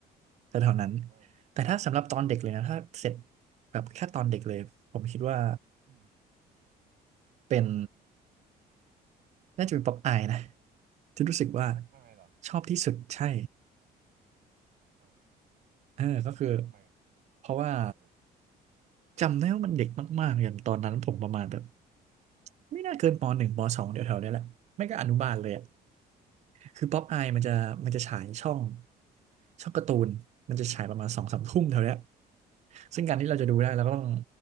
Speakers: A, on the right; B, on the right.
A: แต่เท่านั้น
B: อ่า
A: แต่ถ้าสำหรับตอนเด็กเลยนะ ถ้าเสร็จแบบแค่ตอนเด็กเลย ผมคิดว่า
B: อืม
A: เป็นน่าจะเป็นป๊อปอายนะ ที่รู้สึกว่า
B: ท็อปอายเหรอ
A: ชอบที่สุดใช่
B: อ่าว
A: เออก็คือ
B: ทำไม
A: เพราะว่า
B: ผมอยากรู้
A: จำได้ว่ามันเด็กมาก ๆ อย่างตอนนั้นผมประมาณแบบไม่น่าเกินปหนึ่งปสองเดี๋ยวแถวๆเนี้ยแหละ ไม่ก็อนุบาลเลยอะ
B: อืม
A: คือป๊อปอายมันจะมันจะฉายช่อง
B: อืม
A: ช่องการ์ตูนมันจะฉายประมาณสองสามทุ่มเท่าเนี้ย
B: อ่า
A: ซึ่งการที่เราจะดูได้เราก็ต้อง